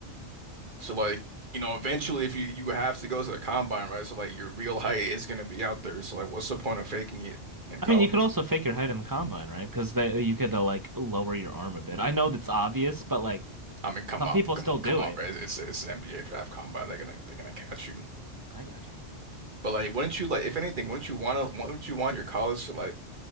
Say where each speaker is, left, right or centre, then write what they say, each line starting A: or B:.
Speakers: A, on the right; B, on the right.
A: So like, you know, eventually if you you have to go to the combine, right? So like your real height is gonna be out there. So like what's the point of faking it in
B: I
A: college?
B: mean, you could also fake your height in the combine, right? Because that you could uh, like lower your arm a bit. I know that's obvious, but like
A: I mean, come
B: some
A: up,
B: people
A: come,
B: still do
A: come on,
B: it.
A: bro. It's it's, it's the NBA draft combine. They're gonna they're gonna catch you.
B: I got you.
A: But like, wouldn't you like, if anything, wouldn't you want to, wouldn't you want your college to like